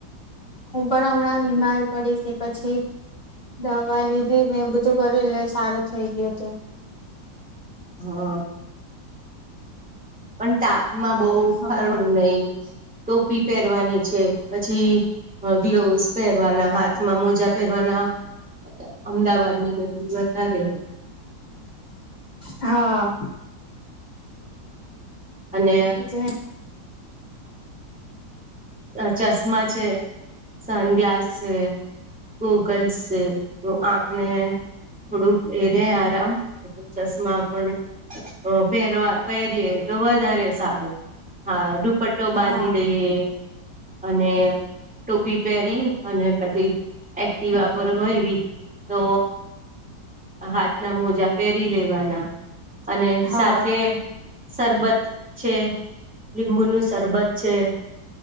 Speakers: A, on the left; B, in the centre.
A: હું પણ હમણાં બીમાર પડીશ પછી દવા લીધી ને બધું કર્યું એટલે સારું થઈ ગયું તું.
B: હા. પણ તાપમાં બહુ
A: હા
B: ફરવું નહી. ટોપી પેરવાની છે. પછી હ ગ્લોવસ પહેરવાના હાથમાં મોજા પહેરવાના અમદાવાદ ની ગરમી વધારે હોય
A: હા.
B: અને
A: એટલે
B: ચશ્મા છે, સન ગ્લાસ છે ગૂગલ્સ છે તો આખને થોડુંક એરે આરામ ચશ્મા પણ પહેરવા પહેરીએ તો વધારે સારું. હા દુપટ્ટો બાંધી
A: હા
B: દઈએ અને ટોપી પહેરી અને પછી એક્ટ વાપર હોય એવી તો હાથ ના મોજા પહેરી લેવાના અને
A: હા
B: સાથે શરબત છે, લીંબુ ન સરરબત છે,